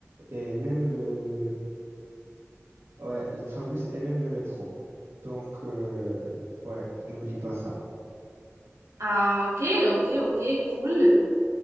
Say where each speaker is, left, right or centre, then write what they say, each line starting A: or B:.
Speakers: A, on the right (about 65°); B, on the right (about 80°).
A: et même le, ouais, le tram, bus et même le métro. Donc, euh, ouais, n'oublie pas ça.
B: Ah, ok, ok, ok, cool.